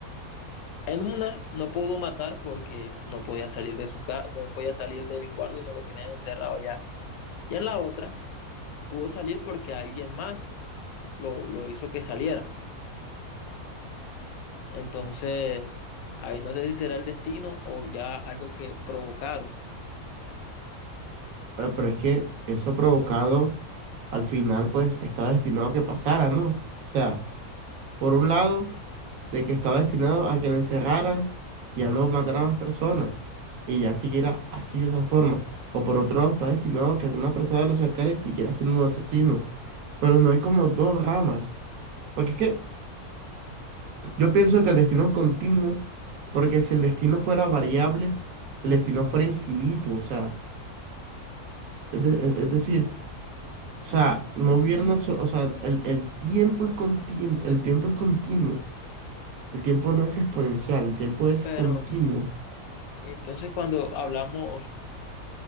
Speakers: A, on the left (about 75°); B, on the right (about 70°).
A: En una no pudo matar porque no podía salir de su casa, no podía salir del cuarto, no lo tenían encerrado ya. Y en la otra pudo salir porque alguien más lo, lo hizo que saliera. Entonces, ahí no sé si será el destino o ya algo que provocaron.
B: Eh, Pero es que eso provocado al final pues está destinado a que pasara, ¿no? O sea, Por un lado, de que estaba destinado a que lo encerraran y a no matar a más personas y ya siguiera así de esa forma. O por otro lado, está destinado a que alguna persona lo sacara y siguiera siendo un asesino. Pero no hay como dos ramas. Porque es que yo pienso que el destino es continuo, porque si el destino fuera variable, el destino fuera infinito. O sea, es, de- es- es decir, o sea, no hubiera una so- o sea, el, el tiempo es contin- el tiempo es continuo. El tiempo no es exponencial, el tiempo es
A: Pero
B: continuo.
A: entonces cuando hablamos,